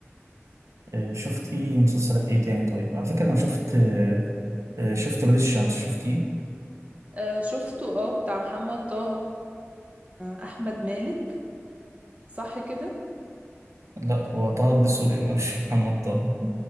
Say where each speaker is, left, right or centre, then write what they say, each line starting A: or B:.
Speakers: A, on the right; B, on the right.
A: آه، شفتي مسلسلات ايه تاني طيب على فكرة انا شفت آه، آه، شفت ولاد الشمس شفتيه
B: آه، شفته اه بتاع محمد طه واحمد مالك صح كده
A: لا هو طه الدسوقي <laughs> بقى، مش محمد طه